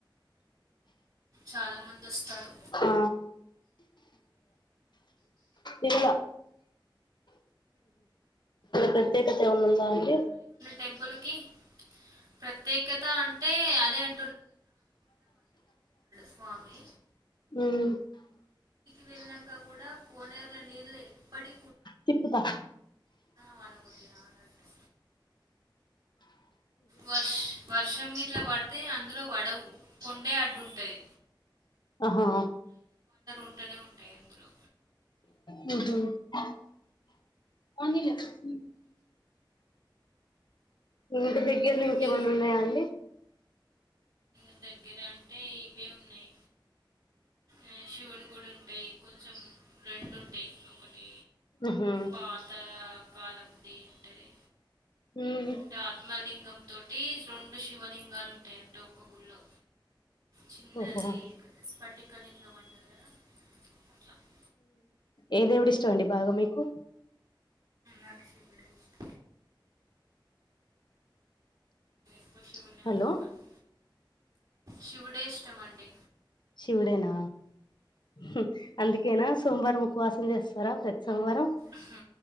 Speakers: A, on the right; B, on the left.
A: చాలా మంది వస్తారు
B: హ్మ్ ఆ ఇవ్వలా టట్టు ఏమైనా ఉందా అంటే
A: టెంపుల్ కి ప్రత్యేకత అంటే అదే అ స్వామి
B: హ్మ్
A: విన్నాక కూడా కొనేరుల నీళ్లు ఎప్పుటి
B: తిప్పుత
A: వాన కొట్టినా అన్నట్టు వర్ష్ వర్షం గి ట్ల పడ్ తే అందులో వడవు కొండే అడ్డుంటది
B: ఆహా
A: ఉంటూనే ఉంటాయి అందులో
B: మ్మ్ హ్మ్ పోనీలే కుసుమి ఉ దెగ్గిర్లో
A: మీ
B: ఇంకేమన్నా
A: మా
B: ఉన్నాయా అండి
A: దగ్గర అంటే ఇవే ఉన్నాయి ఆ, శివుని గుడి ఉంటాయి కొంచెం రెండు ఉంటాయి ఒకటి
B: అహా
A: పాత కాలంది ఉంటుంది
B: ఉమ్మ్
A: అంటే ఆత్మలింగం తోటి రెండు శివలింగాలు ఉంటాయి అంటే ఒక గుళ్ళో చిన్నది
B: ఓహో
A: స్ఫటికలింగం అంటారు కదా అట్లా ఉమ్,
B: ఏ దేవుడు ఇష్టం అండి బాగా మీకు
A: నాకు శివుడే ఇష్టం నేను ఎక్కువ శివుడినే
B: హలో
A: మొక్కుతా శివుడే ఇష్టమండి
B: శివుడేనా హ్మ్ అందుకేనా సోమవారం ఉపవాసం చేస్తారా ప్రతి సోమవారం
A: ఉమ్.